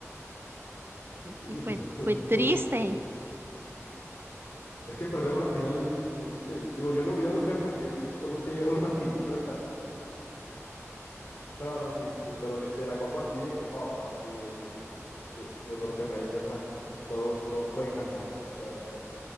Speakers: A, on the left; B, on the right.
A: Hijo,
B: Y fue,
A: eso fue que
B: fue
A: se estuvo.
B: triste.
A: Es que perder una final es muy triste. Digo, yo no, yo no sé porque México nunca ha llegado a una final, <laughs> ¿verdad? No, no, sí, de- pero de, de la Copa aquí, de Copa Oro, aquí de, de- de- de Norteamérica, o sea, todos, todos pueden ganar. O sea, es-